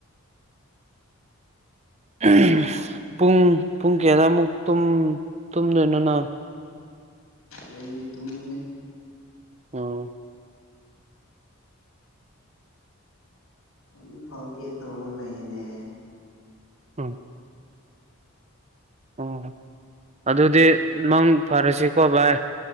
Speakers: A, on the right (about 30°); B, on the left (about 65°).
A: ꯎꯝ ꯄꯨꯡ ꯄꯨꯡ ꯀꯌꯥꯗꯃꯨꯛ ꯇꯨꯝ ꯇꯨꯝꯗꯣꯏꯅꯣ ꯅꯪ
B: ꯑꯩꯗꯤ ꯇꯨꯝꯒꯅꯤ
A: ꯎꯝ
B: ꯍꯧꯖꯤꯛ ꯐꯥꯎ ꯑꯦꯠ ꯇꯧꯔ ꯂꯩꯌꯦꯅꯦ
A: ꯑꯥ ꯑꯣ ꯑꯗꯨꯗꯤ ꯅꯪ ꯐꯔꯁꯤ ꯀꯣ ꯚꯥꯏ